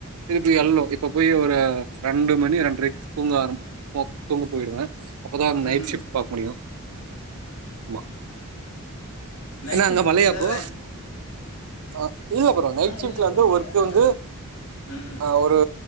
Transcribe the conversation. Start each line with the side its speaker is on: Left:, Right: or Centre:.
Right: திருப்பி எல்னு இப்ப போய் ஒரு ரெண்டு மணி ரெண்டரைக்கு தூங்க ஆர போ தூங்க போய்டுவே அப்போதா நைட்
Left: ம்
Right: ஷிஃப்ட் பாக்க முடியு ஆமா
Left: நைட்
Right: என்ன
Left: ஷிப்ட்
Right: அங்க மழையா
Left: ஃபுல்லா
Right: ப்ரோ
Left: வேல
Right: அ இல்ல ப்ரோ நைட்
Left: ஆ
Right: ஷிப்ட்ல
Left: இல்ல ப்ரோ
Right: வந்து
Left: மழலா
Right: ஒர்க் வந்து
Left: வரல ம்
Right: அ ஒரு